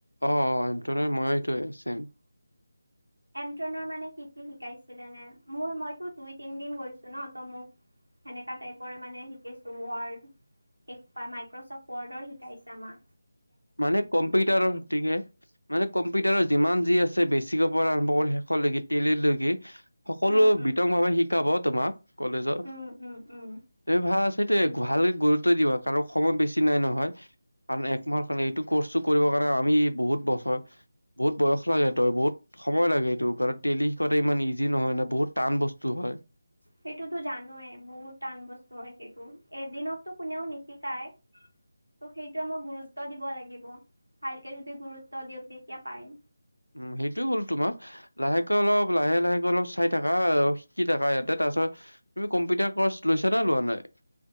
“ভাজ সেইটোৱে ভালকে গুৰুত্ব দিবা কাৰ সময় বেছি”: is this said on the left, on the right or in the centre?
Left